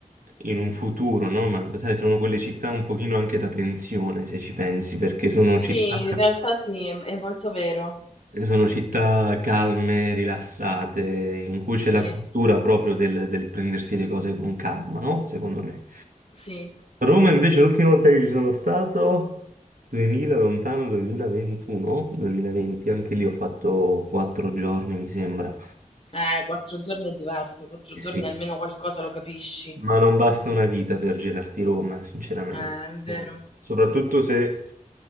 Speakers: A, on the right (about 75°); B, on the left (about 45°).
A: in un futuro, no? Ma sai, sono quelle città un pochino anche da pensione, se ci pensi, perché sono
B: Sì,
A: città,
B: in realtà sì, è è molto vero.
A: sono città calme, rilassate, in cui c'è
B: Sì,
A: la cultura proprio del, del prendersi le cose con calma, no? Secondo me.
B: sì.
A: Roma invece l'ultima volta che ci sono stato, 2000, lontano 2021, 2020, anche lì ho fatto quattro giorni, mi sembra.
B: Eh, quattro giorni è diverso, quattro
A: Sì,
B: giorni almeno qualcosa lo capisci.
A: Ma non basta una vita per girarti Roma, sinceramente.
B: Eh, è vero.
A: Eh, Soprattutto se,